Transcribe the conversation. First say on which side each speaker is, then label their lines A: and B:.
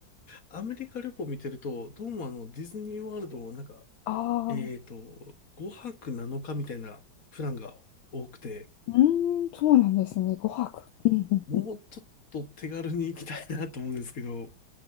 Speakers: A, on the left; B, on the left.
A: アメリカ旅行見てると、どうもあの、ディズニーワールドをなんか、
B: ああ、
A: えっと、5泊7日みたいなプランが多くて、
B: うーん、そうなんですね。5泊。うんうんうん。
A: もうちょっと手軽に行きたいなと思うんですけど、